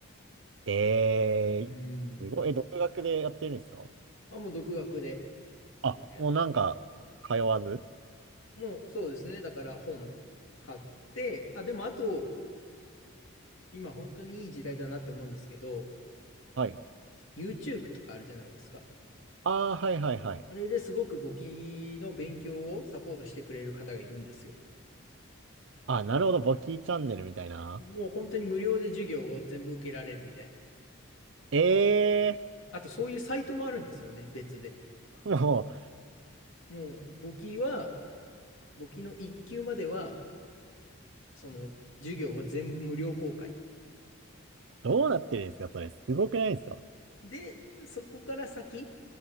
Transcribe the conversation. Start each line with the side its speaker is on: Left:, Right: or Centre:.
Right: えー、
Left: うん。
Right: すごい。え、独学でやってるんですか
Left: あ、もう独学で
Right: あ、
Left: 今やって
Right: もうなんか、
Left: て。
Right: 通わず
Left: もうそうですね。だから本買って、あ、でもあと、今本当にいい時代だなって思うんですけど、
Right: はい。
Left: YouTube とかあるじゃないですか。
Right: ああ、はいはいはい。
Left: あれですごく簿記の勉強をサポートしてくれる方がいるんですよ。
Right: あ、なるほど。簿記チャンネルみたいな。
Left: もう本当に無料で授業を全部受けられるみたいな。
Right: ええ
Left: あとそういうサイトもあるんですよね、別で。
Right: ー、<laughs> もう、
Left: もう簿記は、簿記の一級までは、その授業を全部無料公開。
Right: どうなってるんですかそれ。すごくないですか
Left: で、そこから先